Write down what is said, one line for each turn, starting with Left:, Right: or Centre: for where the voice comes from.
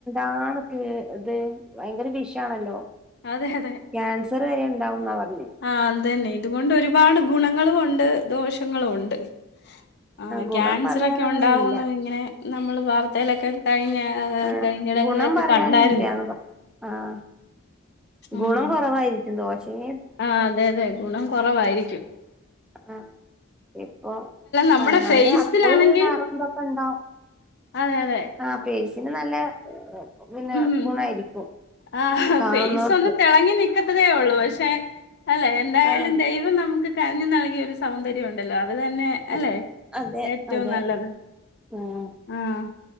Centre: ആണ്. ക്ക്, ത്, ഭയങ്കര വിഷ ആണല്ലോ?
Left: അതെ, അതെ.
Centre: ക്യാൻസറ് വരെ ണ്ടാവുന്നാ പർഞ്ഞെ.
Left: ആഹ്, ത് ന്നെ, ഇതുകൊണ്ട് ഒരുപാട് ഗുണങ്ങളും ഒണ്ട് ദോഷങ്ങളും ഒണ്ട്. ആഹ്,
Centre: ഗുണം
Left: ക്യാൻസറോക്കെ
Centre: പറയാൻ അങ്ങനെ
Left: ഒണ്ടാവുന്നു
Centre: ഇല്ല
Left: ഇങ്ങനെ നമ്മള് വാർത്തയിലൊക്കെ കഴിഞ്ഞ
Centre: ആഹ്,
Left: കഴിഞ്ഞിടങ്ങളിലൊക്കെ
Centre: ഗുണം പറയാനില്ല.
Left: കണ്ടായിരുന്നു
Centre: ന്ന് പറ ആഹ്.
Left: ഉം
Centre: ഗുണം കൊറവായിരിക്കും. ദോശേ
Left: ആഹ്, അതെ, അതെ ഗുണം കൊറവായിരിക്കും.
Centre: ആഹ്, ഇപ്പൊ
Left: നമ്മുടെ
Centre: കാണാന്.
Left: ഫേസിലാണെങ്കിൽ
Centre: അപ്പൊ, നറന്തൊക്കെ ണ്ടാവു.
Left: അതെ, അതെ
Centre: ആഹ്, ഫേയ്സിന് നല്ല. പിന്നെ
Left: ഉം,
Centre: ഗുണായിരിക്കും
Left: ആഹ്,
Centre: കാണുന്നവർക്ക്
Left: ഫെയ്സ് ഒന്നു തെള നിക്കത്തതേ ഉള്ളൂ. പക്ഷേ, അല്ലെ, എന്തായാലും
Centre: ആഹ്
Left: ദൈവം നമുക്ക് കനിഞ്ഞു നൽകിയ ഒരു... സൗന്ദര്യം ഉണ്ടല്ലോ? അത് തന്നെ
Centre: അതെ
Left: അല്ലെ,
Centre: അതെ
Left: ഏറ്റവും
Centre: അതെ
Left: നല്ലത്.
Centre: ആഹ്.
Left: ആഹ്